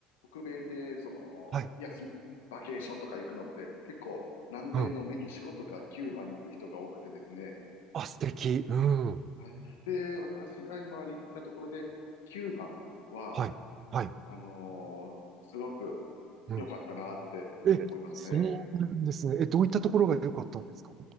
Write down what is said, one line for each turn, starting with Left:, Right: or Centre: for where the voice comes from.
Left: 北米で、その、
Right: はい。
Left: 休み、バケーションとか行くのって、結構、南米のメキシコとかキューバに行く人が多くてですね。
Right: うん。あ、素敵。うん。
Left: はい。で、私が今行ったところで、キューバは、
Right: はい。はい。
Left: あのーすごく
Right: うん。
Left: 良かったなって思いますね。
Right: え、えそうなんですね。え、どういったところが良かったんですか
Left: うん。